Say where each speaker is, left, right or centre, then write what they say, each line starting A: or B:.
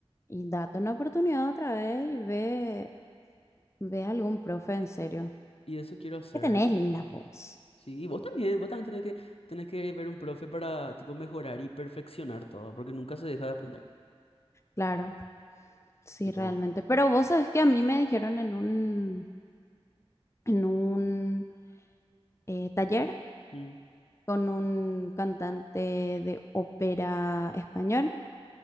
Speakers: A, on the left; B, on the left.
A: Y date una oportunidad otra vez y ve, ve a algún profe en serio.
B: Y eso quiero hacer.
A: Que tenés linda voz.
B: Sí, y vos también, vos también tenés que, tenés que ver un profe para, tipo, mejorar y perfeccionar todo, porque nunca se deja de aprender.
A: Claro. Sí,
B: Tipo,
A: realmente. Pero vos sabés que a mí me dijeron en un, en un eh, taller
B: mm.
A: con un cantante de ópera español.